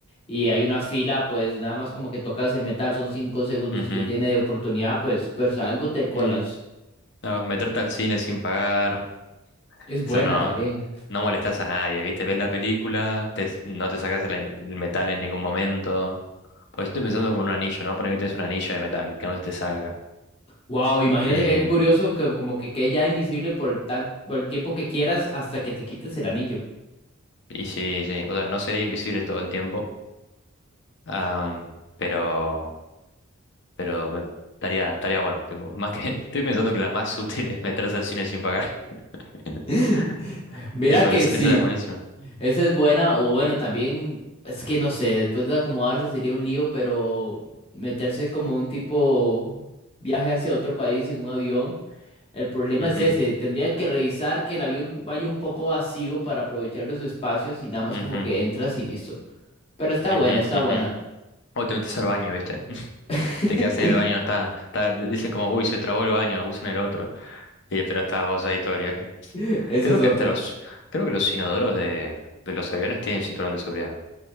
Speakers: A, on the left; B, on the left.
A: y hay una fila, pues nada más como que tocas el metal, son cinco segundos
B: ujú,
A: que tiene de oportunidad, pues, pero algo te colas.
B: mm. No, meterte al cine sin pagar,
A: Es buena
B: eso no,
A: también.
B: no molestas a nadie, ¿viste? Ves la película, te s- no te sacas el, el metal en ningún momento. Pues yo estoy pensando como en un anillo, ¿no? Poner que tenés un anillo de metal, que no se te salga.
A: Wow, imagínate
B: Eh,
A: que qué curioso que como que quede ya invisible por el tan, por el tiempo que quieras hasta que te quites el anillo.
B: y sí, sí, o sea, no sería invisible todo el tiempo. Am, pero, pero me- estaría, estaría bueno. tipo, más que, <laughs> estoy pensando que la más útil es meterse al cine sin pagar. <laughs>
A: <laughs> Mira
B: Tipo,
A: que
B: esa,
A: sí.
B: esa es buenísima.
A: Esa es buena, o bueno, también es que no sé, después de acomodarse sería un lío, pero meterse como un tipo viaje hacia otro país en un avión, el problema
B: Ujú,
A: es ese, tendría que revisar que el avión vaya un poco vacío para aprovechar los espacios y nada más
B: ujú,
A: como que entras y listo. Pero está
B: ujú,
A: buena, está buena.
B: ujú. O te metes al baño, ¿viste? <laughs>
A: <laughs>
B: Te quedas en el baño, está, está, dicen como, uy, se trabó el baño, usan el otro. Y, pero estás vos ahí todo el viaje.
A: Esa
B: Creo
A: es otra.
B: que hasta los, creo que los inodoros de, de los aviones tienen cinturón de seguridad.